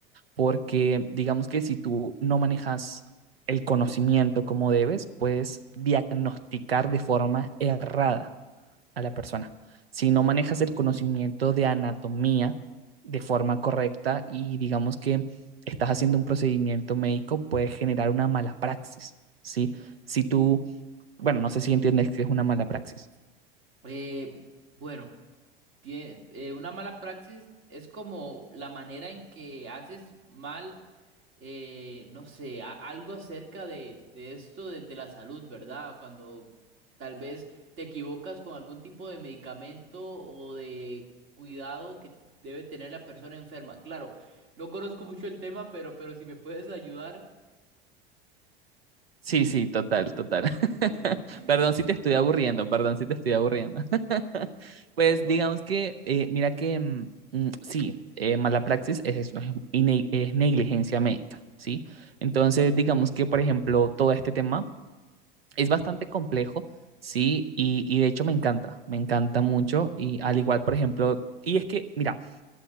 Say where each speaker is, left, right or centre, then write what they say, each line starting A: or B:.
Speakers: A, on the right (about 85°); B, on the right (about 50°).
A: porque digamos que si tú no manejas el conocimiento como debes, puedes diagnosticar de forma errada a la persona. Si no manejas el conocimiento de anatomía de forma correcta y digamos que estás haciendo un procedimiento médico, puede generar una mala praxis, ¿sí? Si tú, bueno, no sé si entiendes que es una mala praxis.
B: Eh, bueno. Tie- eh, una mala praxis es como la manera en que haces mal, eh, no sé, a- algo acerca de, de esto de, de la salud, ¿verdad? Cuando tal vez te equivocas con algún tipo de medicamento o de cuidado que debe tener la persona enferma. Claro, no conozco mucho el tema, pero, pero si me puedes ayudar.
A: Sí, sí, total, total. <laughs>
B: <laughs>
A: Perdón si te estoy aburriendo, perdón si te estoy aburriendo. <laughs> Pues
B: No, no.
A: digamos que, eh, mira que, mm, mm, sí, eh, mala praxis es eso, es, ine- es negligencia médica, ¿sí?
B: Ok,
A: Entonces, digamos que, por ejemplo, todo este tema es bastante complejo, ¿sí? Y, y de hecho me encanta, me encanta mucho. Y al igual, por ejemplo, y es que, mira,